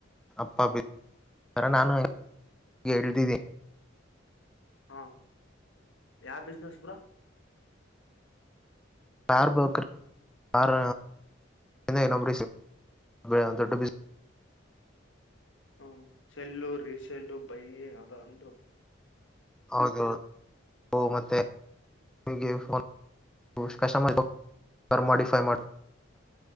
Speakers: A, in the centre; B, on the left.
A: ಅಪ್ಪ ಬಿ ಆರ ನಾನುಗೆ ಇಳಿದಿದ್ದೀಿ
B: ಹಾ ಯಾವ ಬಿಸ್ನೆಸ್ ಪುರ
A: ಕಾರ್ ಬಕ ಕಾರ್ ಇನ್ನಂಬ ಳಂತೊಡ್ಡ ಬಿಸಿ
B: ಹ ಸೆಲ್ಲು ರೀಿಸೆಲ್ಲು ಬೈಯ ಅದ ಅಂದ್ರು
A: ಹೌದು ಮತ್ತೆಗೆಫೋನ್ ಕ ಮಾಡ ಮಾಡಡಿಫೈ ಮಾಡ್ತ